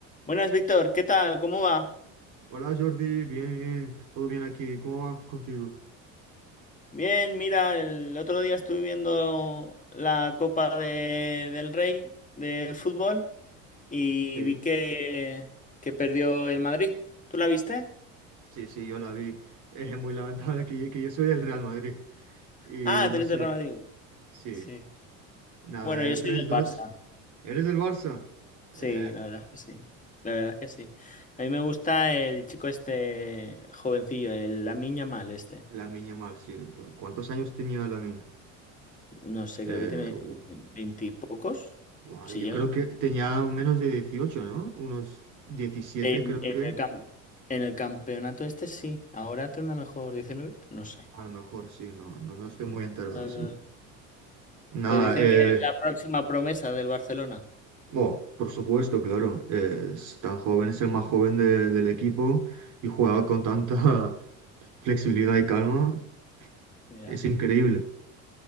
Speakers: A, on the left; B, on the right.
A: Buenas, Víctor, ¿qué tal? ¿Cómo va?
B: Hola Jordi, bien, bien, todo bien aquí, ¿cómo va contigo?
A: Bien, mira, el otro día estuve viendo la Copa de- del Rey de fútbol y
B: Sí,
A: vi que, que perdió el Madrid. ¿Tú la viste?
B: sí, sí, yo la vi. Es muy lamentable que, yo- que yo soy del Real Madrid y
A: Ah,
B: no
A: tres
B: sé,
A: de Real Madrid.
B: sí,
A: Sí.
B: nada,
A: Bueno,
B: el
A: yo soy
B: 3-2.
A: del Barça.
B: ¿Eres del Barça?
A: Sí,
B: Eh,
A: la verdad es que sí. La verdad es que sí. A mí me gusta el chico este jovencillo, el Lamine Yamal este.
B: Lamine mal, sí. ¿Cu- ¿Cuántos años tenía Lamine?
A: No sé,
B: Eh,
A: creo que tiene
B: u-
A: veintipocos,
B: bueno,
A: si
B: yo
A: llega.
B: creo que tenía menos de 18, ¿no? Unos 17
A: En,
B: creo
A: en
B: que,
A: el cam- en el campeonato este sí. Ahora tendrá mejor diecinueve No sé.
B: a lo mejor sí, no, no, no estoy muy enterado,
A: No,
B: sí.
A: no.
B: Nada,
A: Te dicen
B: eh,
A: que es la próxima promesa del Barcelona.
B: Oh, por supuesto, claro. eh, Es tan joven, es el más joven de- del equipo y juega con tanta <laughs> flexibilidad y calma.
A: Ya,
B: Es increíble.